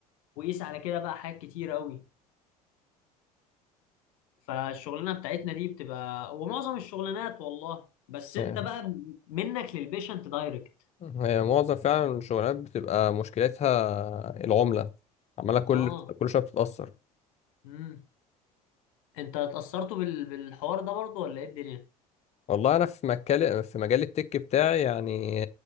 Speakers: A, on the left (about 60°); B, on the left (about 35°).
A: وقيس على كده بقى حاجات كتيرة قوي فالشغلانة بتاعتنا دي بتبقى ومعظم الشغلانات والله بس
B: يعني
A: انت بقى منك للبيشنت دايركت
B: هي معظم فعلا الشغلات بتبقى مشكلتها العمله عماله كل
A: اه
B: كل شويه بتتاثر
A: امم انت اتأثرتوا بال... بالحوار ده برضو ولا ايه الدنيا
B: والله انا في مجال في مجال التك بتاعي يعني